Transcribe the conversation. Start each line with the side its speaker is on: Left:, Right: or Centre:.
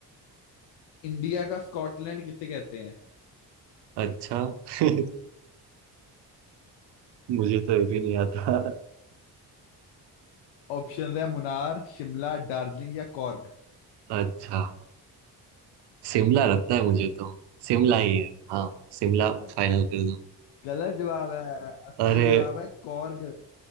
Left: इंडिया का स्कॉटलैंड किसे कहते हैं
Right: अच्छा <laughs> मुझे तो ये भी नहीं आता
Left: <laughs> ऑप्शन है मुनार शिमला दार्जिलिंग या कॉर्ग
Right: अच्छा शिमला लगता है मुझे तो शिमला ही है हाँ शिमला
Left: अ,
Right: फाइनल कर दो
Left: गलत जवाब है सही
Right: अरे
Left: जवाब है कॉर्ग